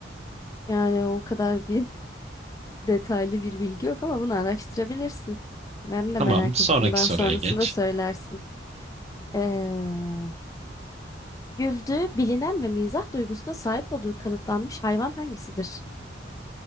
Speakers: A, on the left; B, on the right.
A: Yani o kadar bir <laughs> detaylı bir bilgi yok ama bunu araştırabilirsin. Ben de
B: Tamam
A: merak
B: sonraki
A: ettim. Daha
B: soruya
A: sonrasında
B: geç.
A: söylersin. Ee, güldüğü bilinen ve mizah duygusuna sahip olduğu kanıtlanmış hayvan hangisidir?